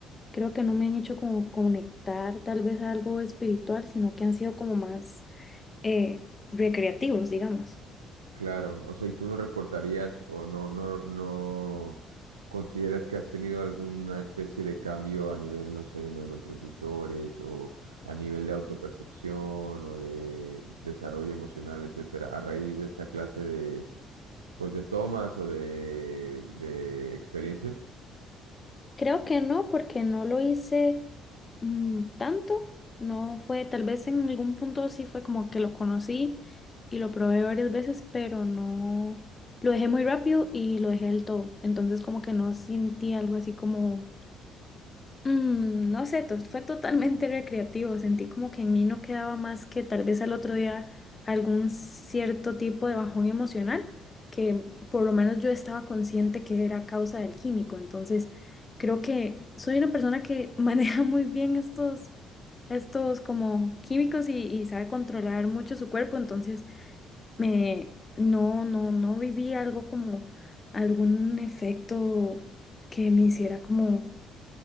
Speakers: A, on the left; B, on the right.
A: creo que no me han hecho como conectar tal vez a algo espiritual, sino que han sido como más eh, recreativos, digamos.
B: Claro, o sea, ¿y tú no reportarías o no, no, no consideras que has tenido alguna especie de cambio a nivel, no sé, de neurotransmisores o a nivel de autopercepción o de desarrollo emocional, etcétera, a raíz de esta clase de, pues, de tomas o de, de experiencias?
A: Creo que no, porque no lo hice mm, tanto. No fue, tal vez en algún punto sí fue como que lo conocí y lo probé varias veces, pero no lo dejé muy rápido y lo dejé del todo. Entonces como que no sentí algo así como Mm, no sé, to- fue totalmente recreativo. Sentí como que en mí no quedaba más que tal vez al otro día algún cierto tipo de bajón emocional, que por lo menos yo estaba consciente que era causa del químico. Entonces, creo que soy una persona que <laughs> maneja muy bien estos, estos como químicos y, y sabe controlar mucho su cuerpo. Entonces, me, no, no, no viví algo como algún efecto que me hiciera como